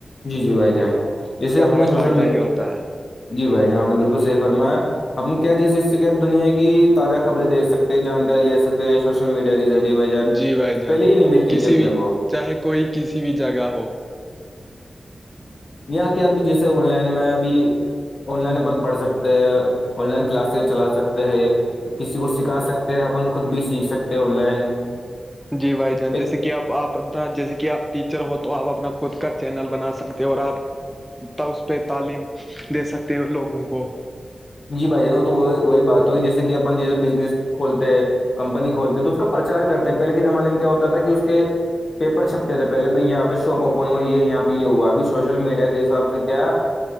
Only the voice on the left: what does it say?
جی جی بھائی جان جے
اپنے
سوشل
میڈیا
جی بھائی جان آپ نے بالکل صحیح فرمایا ہم کیا جس حص سے کیا دنیا کی تازہ خبر دیکھ سکتے ہیں جانکاری لے سکتے ہیں سوشل میڈیا کے ذریعے بھجن
پہلے ہی نہیں ملتی
تھی اپنے
کو
یہاں کے ابھی جیسے آن لائن میں ابھی آن لائن اپن پڑھ سکتے ہیں آن لائن کلاسز چلا سکتے ہے کسی کو سکھا سکتے ہیں اپن خود بھی سیکھ سکتے ہیں آن لائن
ایک
جی بھائی جان وہ تو وہی بات ہو جیسے کہ اپن جیس بزنس کھولتے ہیں کمپنی کھولتے تو اس کا پرچار کرتے ہیں پہلے کے زمانے میں کیا ہوتا تھا کہ اس کے پیپر چھپتے تھے پہلے بھائی یہاں پہ شاپ اوپن ہوئی ہے یہاں پہ یہ ہوا اب سوشل میڈیا کے حساب سے کیا